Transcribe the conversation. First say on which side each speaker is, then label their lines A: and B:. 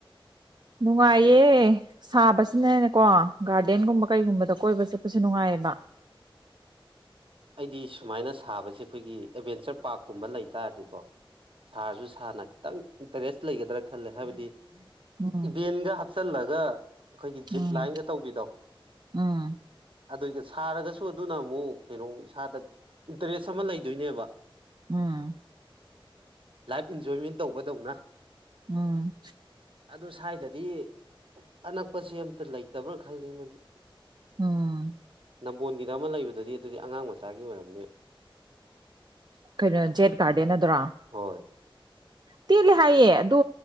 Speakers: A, on the right (about 50°); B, on the right (about 70°).
A: ꯅꯨꯡꯉꯥꯏꯌꯦ ꯁꯥꯕꯁꯤꯅꯅꯦꯀꯣ ꯒꯥꯔꯗꯦꯟꯒꯨꯝꯕ ꯀꯩꯒꯨꯝꯕꯗ ꯀꯣꯏꯕ ꯆꯠꯄꯁꯦ ꯅꯨꯡꯉꯥꯏꯌꯦ ꯕ <unintelligible>
B: ꯍꯥꯏꯗꯤ ꯁꯨꯃꯥꯏꯅ ꯁꯥꯕꯁꯦ ꯑꯩꯈꯣꯏꯒꯤ ꯑꯦꯗꯚꯦꯟꯆꯔ ꯄꯥꯔꯛꯀꯨꯝꯕ ꯂꯩꯇꯥꯔꯗꯤꯀꯣ ꯁꯥꯔꯁꯨ ꯁꯥꯔꯅ ꯈꯤꯇꯪ ꯏꯟꯇꯔꯦꯁ ꯂꯩꯒꯗ꯭ꯔꯥ ꯈꯜꯂꯦ ꯍꯥꯏꯕꯗꯤ
A: ꯎꯝ
B: ꯏꯚꯦꯟꯒ ꯍꯥꯞꯆꯤꯜꯂꯒ ꯑꯩꯈꯣꯏꯒꯤ ꯖꯤꯞ
A: ꯎꯝ
B: ꯂꯥꯏꯟꯒ ꯇꯧꯕꯤꯗꯣ
A: ꯎꯝ
B: ꯑꯗꯨꯏꯒ ꯁꯥꯔꯒꯁꯨ ꯑꯗꯨꯅ ꯑꯃꯨꯛ ꯀꯩꯅꯣ ꯏꯁꯥꯗ ꯏꯟꯇꯥꯔꯦꯁ ꯑꯃ ꯂꯩꯗꯣꯏꯅꯦꯕ
A: ꯎꯝ
B: ꯂꯥꯏꯐ ꯑꯦꯟꯖꯣꯏꯃꯦꯟ ꯇꯧꯕꯗꯧꯅ
A: ꯎꯝ
B: ꯑꯗꯣ ꯁ꯭ꯋꯥꯏꯗꯗꯤ ꯑꯅꯛꯄꯥꯁꯦ ꯑꯝꯇ ꯂꯩꯇꯕ꯭ꯔꯥ ꯈꯜꯂꯤ ꯃꯗꯨ
A: ꯎꯝ
B: ꯅꯝꯕꯣꯜꯒꯤꯗ ꯑꯃ ꯂꯩꯕꯗꯨꯗꯤ ꯑꯗꯨꯗꯤ ꯑꯉꯥꯡ ꯃꯆꯥꯒꯤ ꯑꯣꯏꯔꯝꯅꯤ
A: ꯀꯩꯅꯣ ꯖꯦꯠ ꯒꯥꯔꯗꯦꯟ ꯑꯗꯨꯔꯣ
B: ꯍꯣꯏ
A: ꯇꯦꯜꯂꯦ ꯍꯥꯏꯌꯦ ꯑꯗꯣ